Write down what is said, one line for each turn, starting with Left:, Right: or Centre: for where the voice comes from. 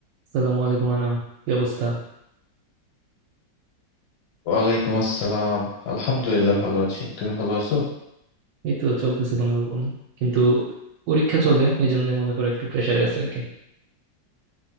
Right: আসসালামু আলাইকুম আনাম কি অবস্থা
Left: ওয়ালাইকুম আসসালাম আলহামদুলিল্লাহ ভালো আছি তুমি ভালো আছো
Right: এই তো চলতেছে কোনো রকম কিন্তু পরীক্ষা চলে এই জন্য মনে করো একটু প্রেশারে আছে আর কি